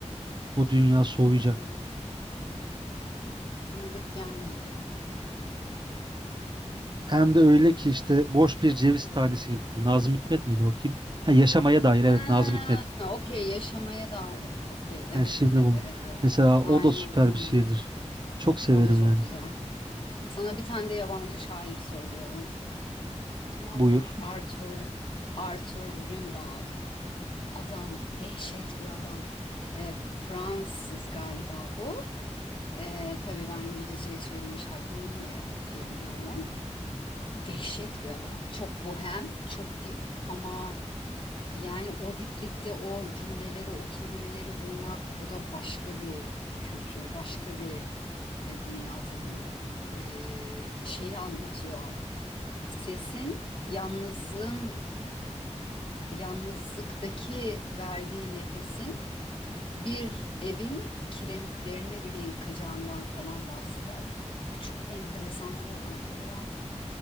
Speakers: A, on the right (about 40°); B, on the left (about 45°).
A: Bu dünya soğuyacak.
B: Hmm, tanıdık gelmedi.
A: Hem de öyle ki işte boş bir ceviz tanesi gibi. Nazım Hikmet miydi bakayım? Ha, yaşamaya dair
B: Ha,
A: evet Nazım Hikmet.
B: okey yaşamaya dair. Okey evet
A: Yani şimdi
B: evet
A: bunu
B: evet o.
A: mesela
B: Aynen
A: o da süper
B: aynen.
A: bir şiirdir. Çok severim
B: O da çok
A: yani.
B: güzel. Sana bir tane de yabancı şair söylüyorum. Tamam
A: Buyur.
B: mı? Arthur Arthur Rimbaud. Adam dehşet bir adam. E, Fransız galiba bu. E, tabii ben İngilizceye çevrilmiş hallerini okuyabiliyorum. Dehşet bir adam. Çok bohem, çok dip ama Yani o diplikte o cümleleri, o kelimeleri bulmak, o da başka bir kültür, başka bir e, dünya tabii E, şeyi anlatıyor. Sesin, yalnızlığın, yalnızlıktaki verdiği nefesin bir evin kiremitlerini bile yıkacağından falan bahseder. Ve çok enteresan bir adamdır yani.